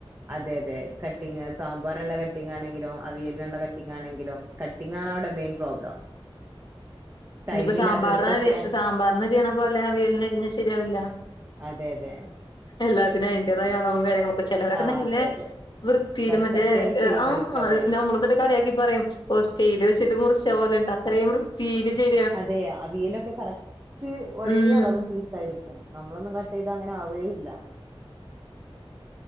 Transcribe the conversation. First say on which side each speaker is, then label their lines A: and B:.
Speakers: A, on the right; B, on the left.
A: അതെ അതെ കട്ടിങ് സാമ്പാറിനുള്ള കട്ടിംങ്ങാണെങ്കിലും അവിയലിനുള്ള കട്ടിംങ്ങാണെങ്കിലും കട്ടിങ്ങണവിടെ മെയിൻ പ്രോബ്ലം ടൈം
B: ഇനിപ്പോ സാമ്പാറിന
A: ഇല്ലാത്തവർക്കൊക്കെ
B: സാമ്പാറിനരിയണ പോലെ അവിയലിന് അരിഞ്ഞാ ശരിയാവില്ല
A: അതെ അതെ
B: എല്ലാത്തിനും അയിന്റെതായ അളവും കാര്യങ്ങളുംക്ക ചെലവരൊക്കെ
A: ആ
B: നല്ല
A: അതെ അതെ
B: വൃത്തിയിലും
A: പെർഫെക്റ്റ്
B: മറ്റേ
A: ആയിട്ട് ചെയ്യുന്നവർക്ക്
B: ആഹ്
A: അതെ
B: നമ്മള കളിയാക്കി പറയും ഓഹ് സ്കെല് വെച്ചട്ട് മുറിച്ച പോലെണ്ട് അത്രയും വൃത്തീല് ചെയ്
A: അതെ അവിയലൊക്കെ കറക്റ്റ് ഒരേ
B: ഉം
A: അളവ് യിരിക്കും നമ്മളൊന്നും കട്ട് ചെയ്ത് അങ്ങനെ ആവുകേയില്ല